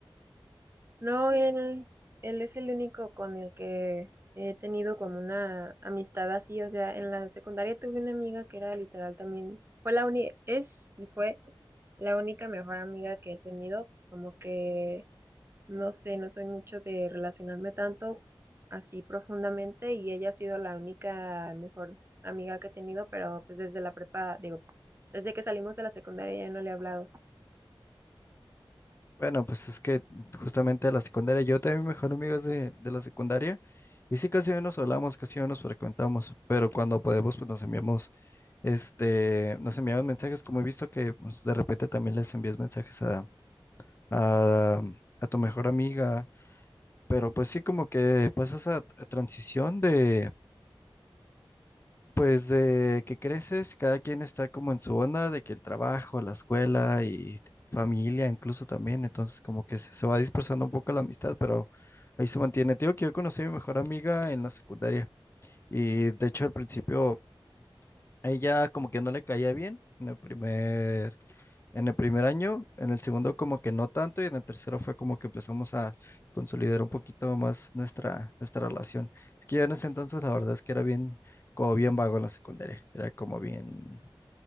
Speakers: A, on the right; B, on the left.
A: No, él, él es el único con el que he tenido como una amistad así. O sea, en la secundaria tuve una amiga que era literal también, fue la uni, es y fue la única mejor amiga que he tenido, como que No sé, no soy mucho de relacionarme tanto así profundamente y ella ha sido la única mejor amiga que he tenido, pero pues desde la prepa, digo, desde que salimos de la secundaria ya no le he hablado.
B: Bueno, pues es que justamente la secundaria, yo tenía mi mejor amigo es de, de la secundaria y sí casi no nos hablamos, casi no nos frecuentamos, pero cuando podemos pues nos enviamos, este, nos enviamos mensajes, como he visto que pues, de repente también les envías mensajes a, a, a tu mejor amiga, pero pues sí como que pasa esa t- transición de, pues de que creces, cada quien está como en su onda, de que el trabajo, la escuela y familia incluso también, entonces como que se, se va dispersando un poco la amistad, pero ahí se mantiene. Tío, que yo conocí a mi mejor amiga en la secundaria y de hecho al principio ella como que no le caía bien en el primer en el primer año, en el segundo como que no tanto y en el tercero fue como que empezamos a consolidar un poquito más nuestra, nuestra relación. Es que ya en ese entonces la verdad es que era bien, como bien vago en la secundaria, era como bien,